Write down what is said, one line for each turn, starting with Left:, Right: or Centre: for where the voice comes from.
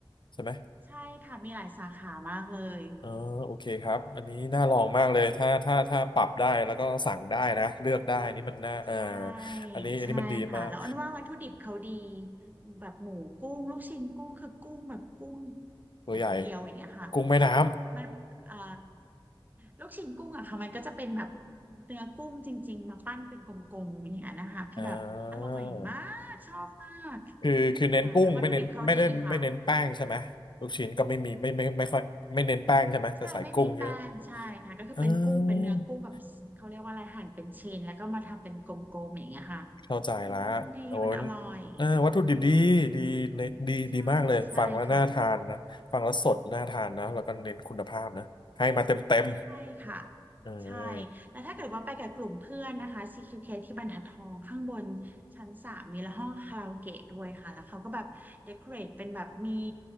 Left: ใช่ไหม
Right: ใช่ค่ะ มีหลายสาขามากเลย
Left: เออโอเคครับอันนี้น่าลองมากเลยถ้าถ้าถ้าปรับได้แล้วก็สั่งได้นะเลือกได้นี่มันน่าเออ
Right: ใช่
Left: อันนี้อันนี้มันดีมาก
Right: ใช่ค่ะแล้วอ้นว่าวัตถุดิบเขาดีแบบหมูกุ้งลูกชิ้นกุ้งคือกุ้งแบบกุ้ง
Left: ตัวใหญ่
Right: อย่างเดียวอย่างเงี้ยค่ะ
Left: กุ้งแม่น้ำ
Right: มันเอ่อลูกชิ้นกุ้งอะค่ะมันก็จะเป็นแบบเนื้อกุ้งจริงๆมาปั้นเป็นกลมๆอย่างเงี้ยนะคะคือแบบอร่อยมากชอบมาก
Left: อ่า คือคือเน้นกุ้งไม่เน้นไม่ได้ไม่เน้นแป้งใช่ไหมลูกชิ้นก็ไม่มีไม่ไม่ไม่ค่อยไม่เน้นแป้งใช่ไหมแต่ใส่กุ้งเยอะ
Right: ค่ะแล้ววัตถุดิบเขาดีค่ะใช่ไม่มีแป้งใช่ค่ะก็คือเป็นกุ้งเป็นเนื้อกุ้งแบบเขาเรียกว่าอะไรหั่นเป็นชิ้นแล้วก็มาทำเป็นกลมๆอย่างเงี้ยค่ะ
Left: อมเข้าใจละ
Right: วันนี้มันดีมันอร่อย
Left: โอ้ยเออวัตถุดิบดีดีเน้นดีดีมากเลยฟังแล้วน่าทานนะฟังแล้วสดน่าทานนะแล้วก็เน้นคุณภาพนะให้มาเต็มเต็ม
Right: ใช่ใช่ค่ะ ใช่ค่ะ
Left: เอ
Right: ใช่
Left: อ
Right: แต่ถ้าเกิดว่าไปกับกลุ่มเพื่อนนะคะ CQK ที่บรรทัดทองข้างบนชั้นสามมีห้องคาราโอเกะด้วยค่ะแล้วเขาก็แบบเดคอเรทเป็นแบบมี